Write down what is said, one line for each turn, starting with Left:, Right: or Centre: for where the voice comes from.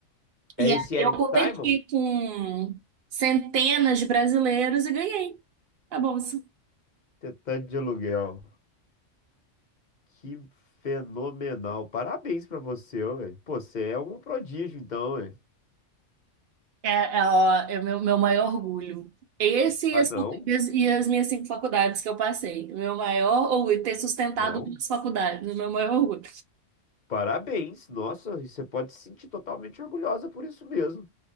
Left: É
Right: E aí
Left: esse Eric
Right: eu competi
Left: Simon?
Right: com centenas de brasileiros e ganhei a bolsa.
Left: Tentante de aluguel. Que fenomenal. Parabéns pra você, ué. Pô, você é um prodígio, então, ué.
Right: É, é, ó, é o meu, meu maior orgulho. Esse
Left: Ah,
Right: e as,
Left: não.
Right: e as e as minhas cinco faculdades que eu passei. O meu maior orgulho, ter sustentado
Left: Não,
Right: duas faculdades, o meu maior orgulho.
Left: parabéns. Nossa, e você pode se sentir totalmente orgulhosa por isso mesmo.